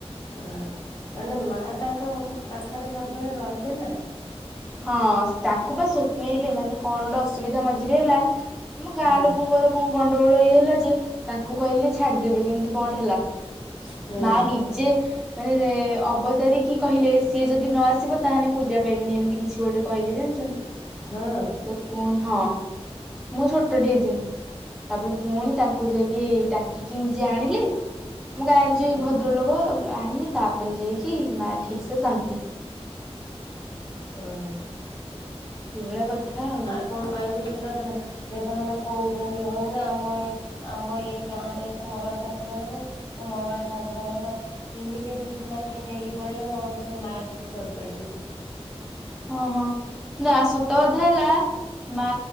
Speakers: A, on the left; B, in the centre.
A: ହଁ ମାନେ ମା ତାଙ୍କ ପାଖରେ ସବୁବେଳେ ରହିଲେ ନା।
B: ହଁ ତାଙ୍କୁ ପା ସ୍ୱପ୍ନ ହେଲେ ମାନେ କଣ ଗୋଟେ ଅସୁବିଧା ମଝିରେ ହେଲା ଆମ ଗାଁ
A: ହୁଁ
B: ଲୋକଙ୍କର କଣ ଗଣ୍ଡଗୋଳ ଇଏ ହେଲା ଯେ ତାଙ୍କୁ କହିଲେ ଛାଡିଦେବେନି ଏମିତି କଣ ଗୋଟେ ହେଲା।
A: ହୁଁ
B: ମା ନିଜେ ମାନେ ଅବତାରିକି କହିଲେ ସିଏ ଯଦି ନ ଆସିବ ତାହେଲେ ପୂଜା ପାଇବନି ଏମିତି କି ଛି ଗୋଟେ କହିଲେ ଜାଣିଛନ୍ତି
A: ହଁ
B: ତ ପୁଣି ହଁ ମୁଁ ଛୋଟଟି ହେଇଥିନି। ତାପରେ ପୁଣି ତାଙ୍କୁ ଯାଇକି ଡାକିକି ନିଜେ ଆଣିଲେ ମୋ ଗାଁରେ ଯ
A: ହୁଁ
B: ଭଦ୍ରଲୋକ ଆଣିଲି ତାପରେ ଯାଇକି ମା ଠିକ ସେ ଶାନ୍ତି।
A: ହୁଁ ମା
B: ଏଇଭଳିଆ କଥା ଆଉ।
A: କନ <unintelligible> ସେ ତ ହେନେ କହୁଛନ୍ତି <unintelligible> ଆମ ଏ ଆମ ଏଇ ଗାଁ ରେ ମଙ୍ଗଳା ଠାକୁର ହେ। ତ ମଙ୍ଗଳା ଠାକୁରଙ୍କର ତିନି କେଜି ସୁନା କିଏ ନେଇକି ପଳେଇଲା ସେ ମା କିଛି କରିପାରିଲେନି?
B: ଓ ହଁ ନା ସତ କଥା ହେଲା ମା